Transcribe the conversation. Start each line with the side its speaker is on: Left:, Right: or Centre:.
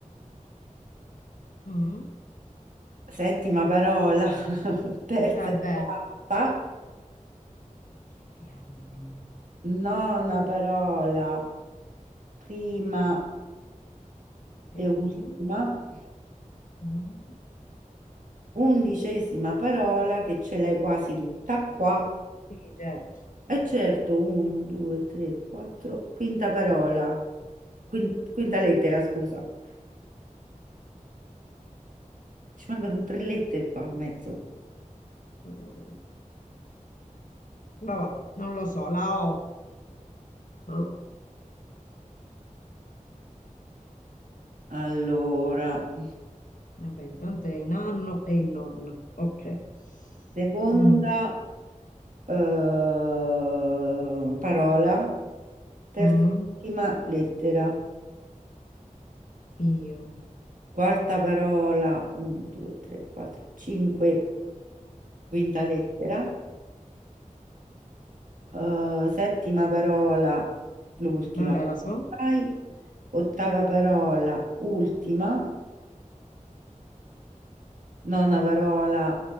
Left: Mm,
Right: settima parola, <laughs> terza
Left: vabbè.
Right: e quarta,
Left: Che B hanno?
Right: nona parola, prima
Left: È
Right: e
Left: ultima?
Right: ultima,
Left: No.
Right: undicesima parola che ce l'hai quasi tutta qua.
Left: Sì, certo.
Right: Eh certo, 1, 2, 3, 4, quinta parola, Quin- quinta lettera, scusa. Ci mancano tre lettere qua a mezzo.
Left: Mm, vabbè, non lo so, la O. Boh.
Right: Allora,
Left: Vabbè, intanto è in anno e in nonno. Ok.
Right: seconda
Left: Mm,
Right: eh, parola, terz'ultima
Left: mm.
Right: lettera,
Left: Io,
Right: quarta parola, 1, 2, 3, 4, 5, quinta lettera, Eh, settima parola, l'ultima.
Left: vabbè, la so
Right: Vai. Ottava parola, ultima. Nona parola,